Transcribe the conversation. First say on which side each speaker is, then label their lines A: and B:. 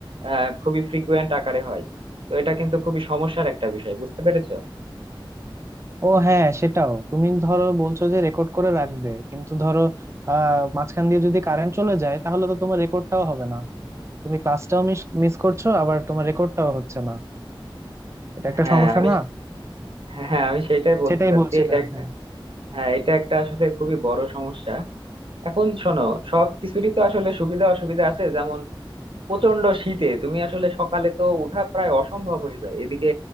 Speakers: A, on the right (about 80°); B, on the right (about 30°).
A: আহ খুবই ফ্রিকুয়েন্ট আকারে হয় তো এটা কিন্তু খুবই সমস্যার একটা বিষয় বুঝতে পেরেছো
B: ও হ্যাঁ সেটাও তুমি ধরো বলছো যে রেকর্ড করে রাখবে কিন্তু ধরো আহ মাঝখান দিয়ে যদি কারেন্ট চলে যায় তাহলে তো তোমার রেকর্ডটাও হবে না তুমি ক্লাসটাও মিস মিস করছো আবার তোমার রেকর্ডটাও হচ্ছে না এটা একটা
A: হ্যাঁ
B: সমস্যা
A: আমি
B: না
A: হ্যাঁ হ্যাঁ আমি সেটাই বলতে
B: সেটাই
A: চাচ্ছি
B: বলছিলে
A: এটা একটা
B: হ্যাঁ
A: হ্যাঁ এটা একটা আসলে খুবই বড় সমস্যা এখন শোনো সব কিছুরই তো আসলে সুবিধা অসুবিধা আছে যেমন প্রচন্ড শীতে তুমি আসলে সকালে তো উঠা প্রায় অসম্ভব হয়ে যায় এদিকে